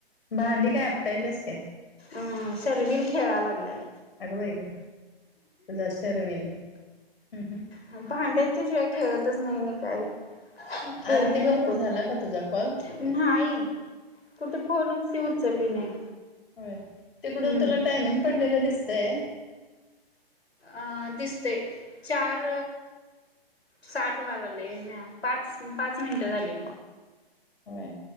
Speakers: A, on the left; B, on the left.
A: भांडी काय आपटायलेस काय?
B: अ सर्विन खेळा लागलाय.
A: अगं बाई ग तुझा शरवीन हं हं!
B: भांड्यांच्या शिवाय खेळतच नाही नी काही. खेळणी
A: आरती बरोबर
B: नकोत.
A: झाला का तुझा कॉल
B: नाही कुठ फोनच ती उचलली नाही.
A: होय तिकडून
B: हम्म
A: तुला टायमिंग पडलेलं दिसतय?
B: अ दिसतय चार साठ वाल ले न्या पाच, पाच, मिनिटं झाली.
A: होय